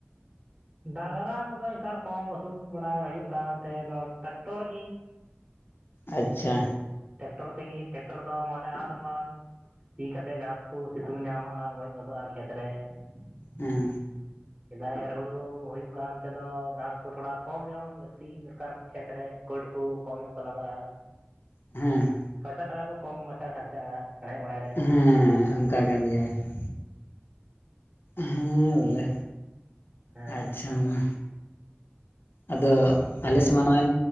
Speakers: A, on the right (about 30°); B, on the left (about 55°).
A: ᱰᱟᱝᱨᱟ ᱠᱚᱫᱚ ᱧᱮᱛᱟᱨ ᱠᱚᱢ ᱟᱹᱥᱩᱞ ᱵᱟᱲᱟ ᱦᱩᱭᱩᱜ ᱠᱟᱱᱛᱮ ᱫᱚ ᱴᱮᱠᱴᱚᱨ ᱜᱤ᱾
B: ᱟᱪᱪᱷᱟ
A: ᱴᱮᱠᱴᱚᱨ ᱛᱮᱜᱤ ᱴᱮᱠᱴᱚᱨ ᱫᱚ ᱢᱟᱱᱮ ᱟᱱ ᱢᱟᱱ ᱥᱤ ᱠᱟᱛᱮ ᱜᱷᱟᱥ ᱠᱚ ᱥᱤᱛᱩᱝ ᱧᱟᱢᱟᱜᱼᱟ, ᱜᱚᱡ ᱜᱚᱫᱚᱜᱼᱟ ᱠᱷᱮᱛ ᱨᱮ
B: ᱦᱮᱸ
A: ᱾ ᱥᱮᱫᱟᱭ ᱮᱨ ᱦᱩᱲᱩ ᱦᱩᱭᱩᱜ ᱠᱟᱱ ᱛᱮᱫᱚ ᱜᱷᱟᱸᱥ ᱠᱚ ᱛᱷᱚᱲᱟ ᱠᱚᱢ ᱧᱚᱜ ᱞᱟᱹᱠᱛᱤ ᱫᱚᱨᱠᱟᱨ ᱠᱷᱮᱛ ᱨᱮ ᱯᱟᱹᱴ ᱠᱚ ᱠᱚᱢ ᱧᱚᱜ ᱠᱚ ᱞᱟᱜᱟᱜᱼᱟ᱾
B: ᱦᱮᱸ
A: ᱯᱷᱟᱠᱟ ᱴᱟᱠᱟ ᱠᱚ ᱠᱚᱢ ᱢᱟᱪᱷᱟ ᱠᱷᱟᱨᱪᱟᱜᱼᱟ ᱦᱮᱲᱮᱜ ᱵᱟᱲᱟᱭ ᱨᱮ ᱾
B: ᱦᱮᱸ ᱚᱝᱠᱟ ᱠᱟᱱ ᱜᱮᱭᱟ ᱾ ᱦᱮᱸ ᱵᱚᱞᱮ
A: ᱦᱮᱸ
B: ᱟᱪᱪᱷᱟ ᱢᱟ᱾ ᱟᱫᱚ ᱟᱞᱮᱥᱮᱜ ᱢᱟ ᱱᱚᱜᱼᱚᱭ